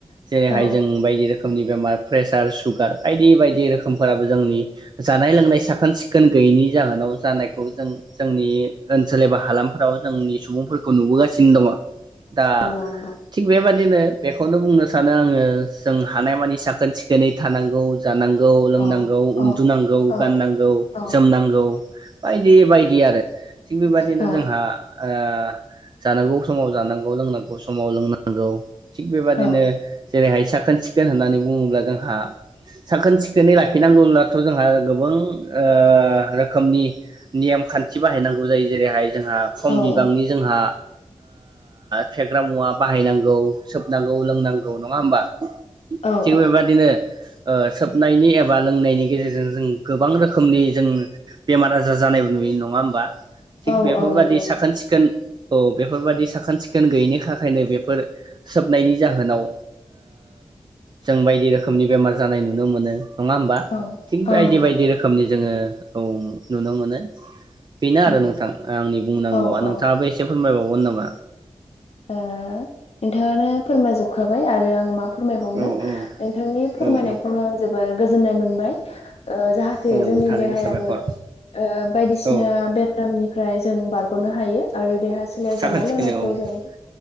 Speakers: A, on the right (about 40°); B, on the left (about 65°).
A: जेरैहाय
B: औ
A: जों बायदि रोखोम नि बेमार प्रेसार, सुगार बायदि बायदि रोखोमफोराबो जोंनि जानाय लोंनाय, साखोन-सि खोन गैयैनि जाहोनाव जानायखौ जों-जोंनि ओनसोल एबा हालामफोराव जोंनि सुबुंफोरखौ नुबोगासिनो दङ। दा
B: नंगौ नंगौ
A: थिग बेबादिनो बेखौनो बुंनो सानो आङो जों हानायमानि साखो- सिखोनै थानांगौ जानांगौ, लोंनांगौ,
B: औ
A: उन्दुनांगौ,
B: औ औ
A: गाननांगौ
B: औ
A: जोमनांगौ बायदि बायदि आरो थिग बेबादिनो
B: औ
A: जोंहा ओ जानांगौ समाव जानांगौ, लोंनांगौ समाव लोंनांगौ थिग बेबादिनो
B: औ
A: जेरैहाय साखोन सिखोन होननानै बुङोब्ला जोंहा साखोन सिखोनै लाखिनांगौब्लाथ' जोंहा गोबां रोखोमनि नियाम खान्थि बाहायनांगौ जायो जेरैहाय जोंहा खम
B: औ
A: बिबांनि जोंहा फेग्रा मुवा बाहायनांगौ सोबनांगौ लोंनांगौ नङा होनबा
B: औ
A: थिग बेबादिनो सोबनायनि एबा लोंनायनि गेजेरजों जों गोबां रोखोम रोखोमनि जों बेमार आजार जानाय नुयो नङा होमबा थिग
B: औ
A: बेफोरबायदि
B: औ नंगौ नंगौ
A: साखोन सिखोन औ बेफोरबायाददि साखोन सिखोन गैयिनि थाखायनो बेफोर सोबनायनि जाहोनाव जों बायदि रोखोमनि बेमार जानाय नुनो मोनो नङा होमबा
B: औ
A: थिग बायदि
B: औ नंगौ
A: बायदि रोखोम जोङो औ नुनो मोनो बेनो
B: औ
A: आरो नोंथां आंनि बुंनांगौआ
B: औ
A: नोंथाङाबो
B: औ
A: एसे फोरमायबाव <unintelligible>
B: ओ नोंथाङानो फोरमायजोबखाबाय आरो आं मा फोरमायबावनो
A: औ औ
B: नोंथांनि फोरमायनायखौनो
A: औ
B: आं जोबोर गोजोननाय मोनबाय जाहाथे
A: औ
B: जोंनि
A: थारैनो
B: देहायाबो
A: साबायखर
B: बायदिसिना
A: औ
B: बेरामनिफ्राय जों बारग'नो हायो आरो देहा
A: साखोन
B: जानाय
A: सिखोनै
B: लोंनायखौ
A: औ
B: जों